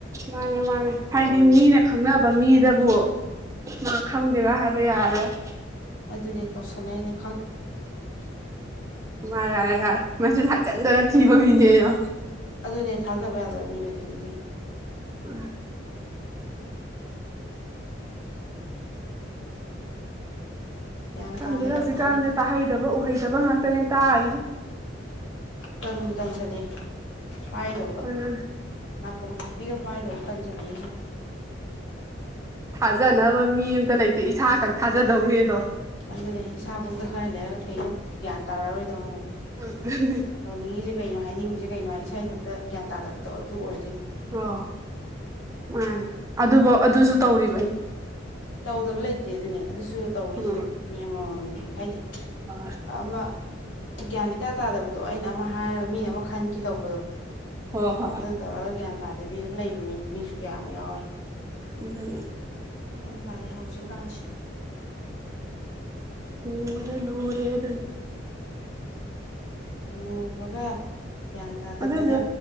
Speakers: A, on the right; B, on the left.
A: ꯃꯥꯅꯦ ꯃꯥꯅꯦ ꯍꯥꯏꯗꯤ
B: ꯇꯧꯔꯒꯦ
A: ꯃꯤꯅ ꯈꯪꯅꯕ ꯃꯤꯗꯕꯨ ꯃꯥ ꯈꯪꯗꯦꯕ ꯍꯥꯏꯕ ꯌꯥꯔꯔꯣꯏ
B: ꯑꯗꯨꯅꯦ ꯇꯧꯁꯅꯩꯅꯦ
A: ꯃꯥ ꯌꯥꯔꯦ ꯌꯥꯔꯦ ꯃꯁꯤ ꯍꯥꯏꯖꯤꯟꯗꯅ ꯊꯤꯕ ꯃꯤꯅꯦ ꯑꯗꯣ
B: ꯑꯗꯨꯅꯦ ꯊꯥꯖꯕ ꯌꯥꯗꯕ ꯃꯤ ꯑꯣꯏꯗꯣꯏꯅꯤ ꯑꯗꯨꯅ
A: ꯎꯝ
B: ꯒ꯭ꯌꯥꯟ
A: ꯈꯪꯗꯦꯗꯦ
B: ꯇꯥꯗꯦꯗ
A: ꯍꯧꯖꯤꯛꯀꯥꯟꯁꯦ
B: ꯍꯧꯖꯤꯛꯀꯥꯟ
A: ꯇꯥꯍꯩꯗꯕ ꯎꯍꯩꯗꯕ ꯉꯥꯛꯇꯅꯦ ꯇꯥꯔꯤꯁꯦ
B: ꯇꯟꯁꯨ ꯇꯟꯁꯤꯂ ꯄꯥꯏꯗꯧꯕ
A: ꯑꯗꯨꯅ
B: ꯅꯥꯀꯣꯡ ꯄꯤꯒ ꯄꯥꯏꯗꯧꯕ ꯇꯅꯤ ꯆꯂꯁꯤ
A: ꯊꯥꯖꯅꯕ ꯃꯤ ꯑꯃꯇ ꯂꯩꯇꯦ ꯏꯁꯥ ꯈꯛ ꯊꯥꯖꯗꯧꯅꯦ ꯑꯗꯣ
B: ꯑꯗꯨꯅꯦ ꯏꯁꯥꯕꯨꯧꯗ ꯈꯔ ꯂꯩꯔꯒ ꯀꯩ ꯒ꯭ꯌꯥꯟ ꯇꯥꯔꯛꯔꯣꯏꯗꯧꯅꯦ
A: ꯑꯗꯨꯅꯦ
B: ꯇꯧꯅꯤꯡꯉꯁꯤꯦ ꯀꯩꯅꯣ ꯍꯥꯏꯅꯤꯡꯉꯤꯁꯦ ꯀꯩꯅꯣ ꯍꯥꯏ ꯏꯁꯥ ꯏꯗꯟꯇ ꯒ꯭ꯌꯥꯟ ꯇꯥꯗꯕꯗꯣ ꯑꯗꯨ ꯑꯣꯏꯗꯣꯏꯅꯦ
A: ꯑ ꯃꯥꯅꯦ ꯑꯗꯨꯐꯧ ꯑꯗꯨꯁꯨ ꯇꯧꯔꯤꯕꯅꯤ
B: ꯇꯧꯗꯕ ꯂꯩꯇꯦ ꯑꯗꯨꯅꯦ ꯑꯗꯨꯁꯨ ꯇꯧꯋꯗꯤ
A: ꯎꯝ
B: ꯑꯗꯨꯝ ꯃꯤ ꯑꯃꯃꯝꯗꯤ ꯍꯥꯏꯗꯤ
A: ꯍꯣꯏ
B: ꯑꯃ ꯒ꯭ꯌꯥꯟ ꯏꯇꯥ ꯇꯥꯗꯕꯗꯣ ꯑꯩꯅ ꯑꯃ ꯍꯥꯏꯔꯒ ꯃꯤꯅ ꯑꯃ ꯈꯟꯈꯤ ꯇꯧꯕꯗꯣ
A: ꯍꯣꯏ ꯍꯣꯏ
B: ꯑꯗꯨ ꯇꯧꯔꯒ ꯒ꯭ꯌꯥꯟ ꯇꯥꯗꯕꯤ ꯑꯗꯨꯝ ꯂꯩꯕ ꯃꯤ ꯃꯤꯁꯨ ꯀꯌꯥꯃꯨꯛ ꯌꯥꯎꯋꯤ
A: ꯑꯣꯗꯒꯤ
B: ꯒ꯭ꯌꯥꯟ ꯇꯥꯔꯦ ꯍꯧꯖꯤꯛꯀꯥꯟꯁꯦ
A: ꯑꯣꯗ ꯂꯣꯔꯦ ꯑꯗꯨꯅꯤ
B: ꯂꯨꯕꯒ ꯒ꯭ꯌꯥꯟ ꯇꯥꯗꯕꯒ
A: ꯑꯗꯨꯏꯁꯨ